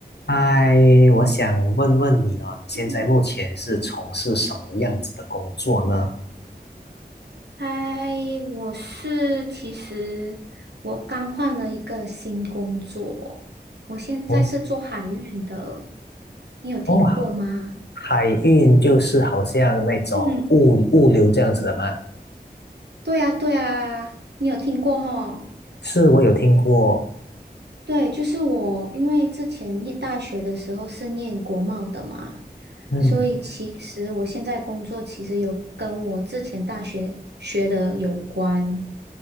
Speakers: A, on the left; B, on the right.
A: 嗨，我想问问你哦，你现在目前是从事什么样子的工作呢？
B: 嗯，嗨，我是其实我刚换了一个新工作，我现在是做海运的，
A: 哦
B: 你有听过吗？
A: 哦啊，海运就是好像那种物物流这样子的吗？
B: 嗯，对呀，对呀，你有听过吼？
A: 是，我有听过。
B: 对，就是我，因为之前念大学的时候是念国贸的嘛，
A: 嗯，
B: 所以其实我现在工作其实有跟我之前大学学的有关。